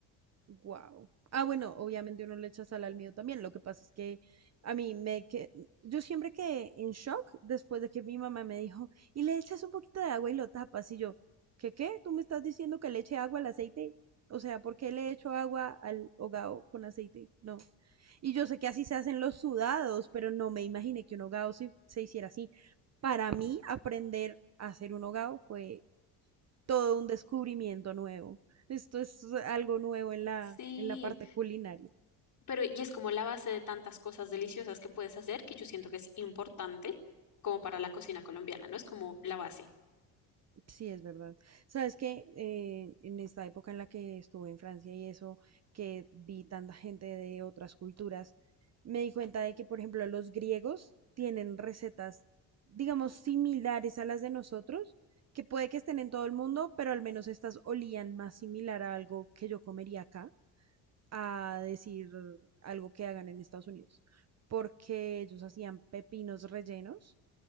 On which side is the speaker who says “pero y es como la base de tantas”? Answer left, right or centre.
Left